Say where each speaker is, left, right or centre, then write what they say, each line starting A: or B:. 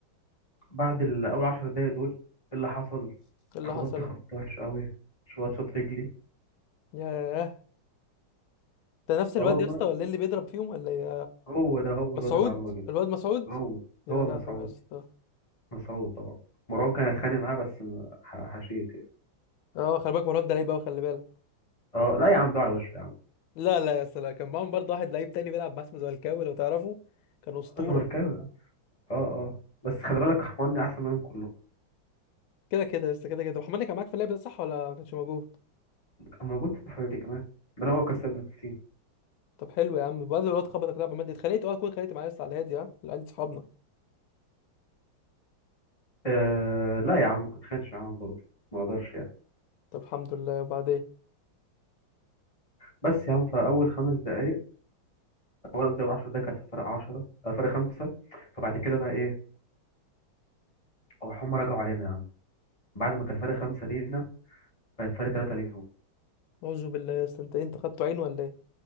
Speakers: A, on the left; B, on the left.
A: بعد الاول 10 دقايق دول ايه اللي حصل
B: ايه
A: اتخبطت
B: اللي حصل
A: خبط وحش قوي شوط شوط رجلي
B: ياه ده نفس الواد
A: اه والله
B: يا اسطى ولا إيه اللي بيضرب فيهم ولا إيه؟
A: هو ده هو
B: مسعود
A: الواد العراجي ده
B: الواد مسعود
A: هو
B: يا
A: هو
B: لهوي
A: مسعود
B: يا اسطى
A: مسعود طبعا مروان كان هيتخانق معاه بس ح- حشيت يعني
B: اه خلي بالك مروان ده لعيب قوي خلي بالك
A: اه لا يا عم بيقع على وشه يا عم
B: لا لا يا اسطى لا كان معاهم برضه واحد لعيب تاني بيلعب مع اسمه زملكاوي لو تعرفه كان اسطوره
A: اه زمركاوي يا عم. اه اه بس خلي بالك حماني احسن منهم كلهم
B: كده كده يا اسطى كده كده محمد كان معاك في اللعب ده صح ولا ما كانش موجود
A: كان موجود في الفريق كمان ده انا هو كسبنا التيم
B: طب حلو يا عم بعد الواد خبطك لعبه مادي اتخانقت اه كنت اتخانقت معايا يا اسطى على الهادي ها اللي عندي صحابنا
A: آه لا يا عم كنت خانش معاهم برضه ما اقدرش يعني
B: طب الحمد لله وبعدين
A: بس يا عم فاول خمس دقائق اول قصدي اول 10 دقائق كانت فرق 10 آه فرق خمسه فبعد كده بقى ايه هو هم رجعوا علينا يا عم بعد ما كان فرق خمسه لينا بقت فرق ثلاثه ليهم
B: اعوذ بالله يا اسطى انت إيه؟ انت خدته عين ولا ايه